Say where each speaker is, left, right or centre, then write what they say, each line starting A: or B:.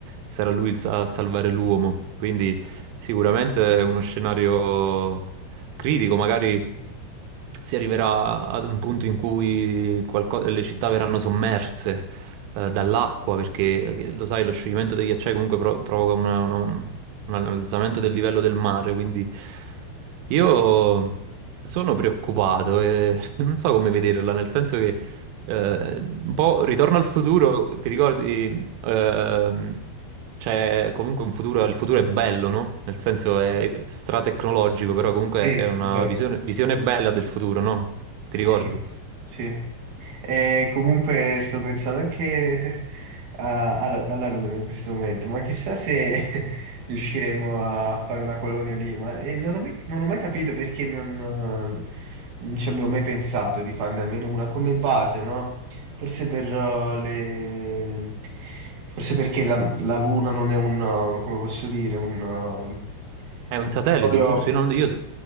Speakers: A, on the right (about 85°); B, on the right (about 70°).
A: sarà lui il sa- a salvare l'uomo. Quindi sicuramente è uno scenario critico, magari si arriverà ad un punto in cui qualco- le città verranno sommerse eh, dall'acqua, perché eh, lo sai, lo scioglimento dei ghiacciai comunque pro- provoca una- una- un alzamento del livello del mare, quindi io sono preoccupato e <laughs> non so come vederla, nel senso che eh, un po' Ritorno al futuro, ti ricordi Ehm, cioè, comunque un futuro, il futuro è bello, no? Nel senso è stratecnologico, però comunque
B: sì,
A: è una
B: ok,
A: visione, visione bella del futuro, no? Ti ricordi?
B: sì, sì. E comunque sto pensando anche <laughs> a- alla, alla Luna in questo momento, ma chissà se <laughs> riusciremo a fare una colonia lì, ma e non ho mai, non ho mai capito perché non, non ci abbiamo mai pensato di farne almeno una come base, no? Forse per uh, le... Forse perché la, la Luna non è un, uh, come posso dire, un, uh, un
A: È
B: un
A: un satellite,
B: territorio...
A: giusto? Io, non- io,